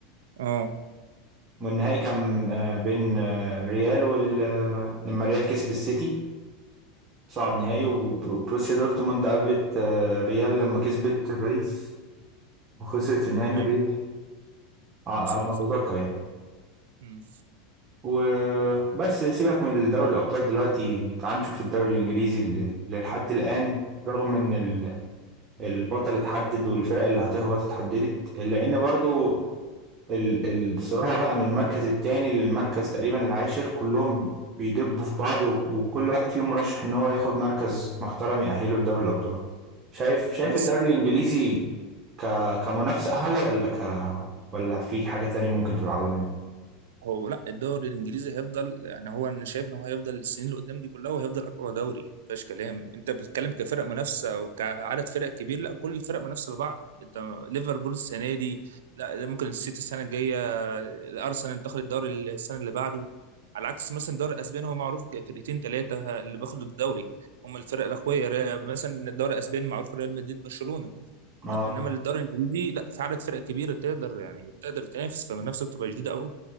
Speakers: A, on the right (about 85°); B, on the right (about 30°).
A: اه
B: والنهائي كان آه، بين آه، الريال وال آه، لما الريال كسب السيتي صعد نهائي وب- وبروسيا دورتموند قابلت آه، ريال لما كسبت باريس وخسرت في النهائي من
A: ايوه
B: ريال ع-
A: لا صح
B: على ما اتذكر
A: صح
B: يعني
A: امم
B: وبس سيبك من دوري الابطال دلوقتي تعال نشوف الدوري الانجليزي اللي اللي لحد الان رغم ان ال- البطل اتحدد والفرق اللي هتهبط اتحددت الا ان برضو ال- الصراع بقى من المركز التاني للمركز تقريبا العاشر كلهم بيدبوا في بعض و- وكل واحد فيهم مرشح ان هو ياخد مركز محترم يأهله لدوري الأبطال شايف شايف
A: هو لسه
B: الدوري الإنجليزي ك كمنافسة أعلى ولا ك ولا في حاجة تانية ممكن تبقى أعلى منه
A: هو لا الدوري الانجليزي هيفضل يعني هو انا شايف ان هو هيفضل السنين اللي قدام دي كلها وهيفضل اقوى دوري ما فيهاش كلام انت بتتكلم كفرق منافسه وكعدد فرق كبير لا كل الفرق منافسه لبعض انت ليفربول السنه دي لا ممكن السيتي السنه الجايه الارسنال تاخد الدوري السنه اللي بعده على عكس مثلا الدوري الاسباني هو معروف كفرقتين ثلاثه اللي بياخدوا الدوري هم الفرق الاقوياء ريال- مثلا الدوري الاسباني معروف ريال مدريد برشلونه
B: اه
A: لا انما الدوري الانجليزي لا في عدد فرق كبيره تقدر يعني تقدر تنافس فالمنافسه بتبقى جديده قوي